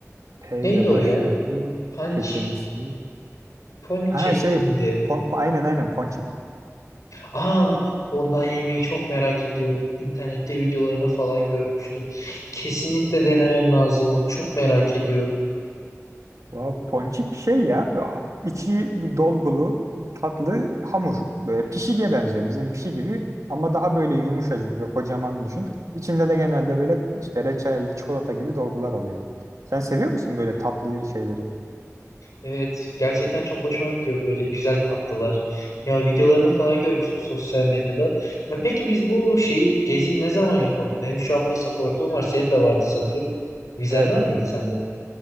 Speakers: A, on the right; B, on the left.
A: P
B: Neydi
A: ile başlıyordu.
B: o ya? Punch.
A: Kekimsi.
B: Ponçek
A: Ha şey
B: miydi?
A: pon- pon- aynen aynen ponçik.
B: Aa, ondan yemeği çok merak ediyorum. İnternette videolarını falan görmüştüm. Kesinlikle denemem lazım onu. Çok merak ediyorum.
A: Vav, ponçik şey ya böyle ha- içi bir dolgulu tatlı hamur. Böyle pişiğe benziyor bizim pişi gibi ama daha böyle yumuşacık ve kocaman düşün. İçinde de genelde böyle işte reçel, çikolata gibi dolgular oluyor. Sen seviyor musun böyle tatlı şeyleri?
B: Evet, gerçekten çok hoşuma gidiyor böyle güzel tatlılar. Ya videolarını falan görmüştüm sosyal medyada. Ya peki biz bu şeyi geziyi ne zaman yapalım? Benim şu an pasaportum var, senin de vardı sanırım. Vizen
A: Evet
B: var
A: evet
B: mıydı sende?